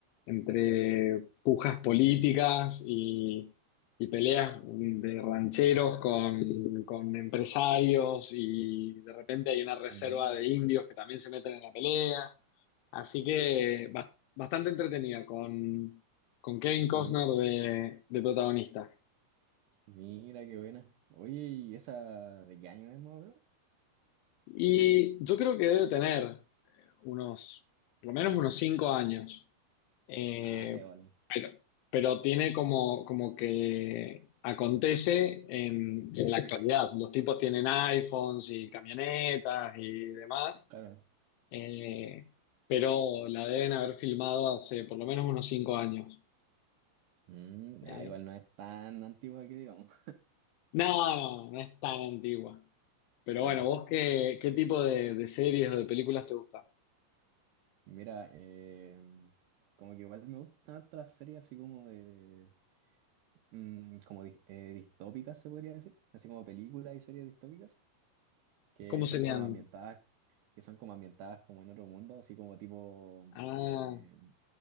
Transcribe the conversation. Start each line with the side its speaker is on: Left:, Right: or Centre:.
Left: entre pujas políticas y, y peleas de rancheros con, con empresarios y de repente hay una reserva
Right: Mm,
Left: de indios que también se meten en la pelea. Así que bas- bastante entretenida, con, con Kevin Costner
Right: mish,
Left: de, de protagonista.
Right: mira qué buena. Oye, ¿y esa de qué año es, más o menos?
Left: Y yo creo que debe tener eh, unos, por lo menos unos cinco años. Eh,
Right: Ah, ya igual,
Left: pero, pero tiene como, como que acontece en, en la actualidad. Los tipos tienen iPhones y camionetas y demás.
Right: claro.
Left: eh, pero la deben haber filmado hace por lo menos unos cinco años.
Right: Mm,
Left: Eh,
Right: ah, igual no es tan antigua que digamos,
Left: No, no, no es tan antigua. Pero
Right: <laughs>
Left: bueno, ¿vos
Right: claro.
Left: qué, qué tipo de, de series o de películas te gusta?
Right: Mira, eh, como que igual me gustan hartas las series así como de, mm, como di- eh, distópicas se podría decir, así como películas y series distópicas que
Left: ¿Cómo
Right: son
Left: serían?
Right: como ambientadas, que son como ambientadas como en otro mundo, así como tipo,
Left: Ah,
Right: eh,